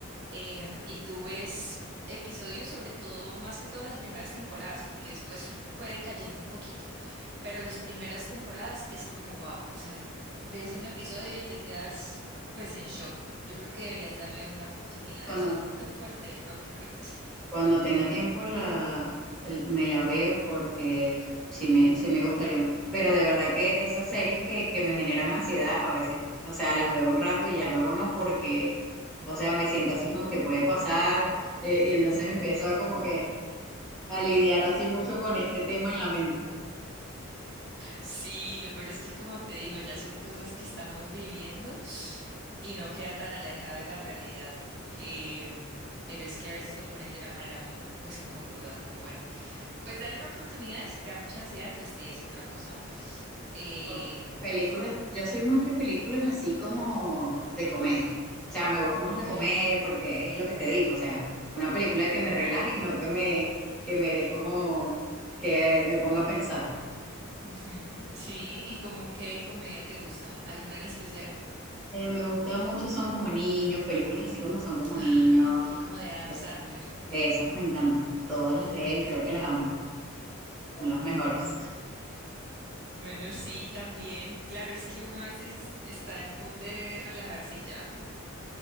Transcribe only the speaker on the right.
em, y tú ves episodios, sobre todo, más que todo las primeras temporadas, porque después fue decayendo un poquito, pero las primeras temporadas es como wow, o sea, ves un episodio y te quedas pues en shock. Yo creo que deberías darle una oportunidad.
Es un poquito fuerte de pronto, pero pues...
mm.
<laughs>
Sí, lo peor es que como te digo, ya son cosas que estamos viviendo y no queda tan alejado de la realidad. Em, pero es que a veces lo ponen de una manera muy, pues como cruda, como bueno. Pues dale una oportunidad y si te da mucha ansiedad, pues te es otra cosa. Em,
Ah.
ok.
Ujú, Sí, ¿y como qué comedia te gusta? ¿Alguna en especial?
Ah,
aquí como de Adam
Sandler.
Ujú.
Bueno, sí, también. Claro, es que uno a veces está en mood de relajarse y ya.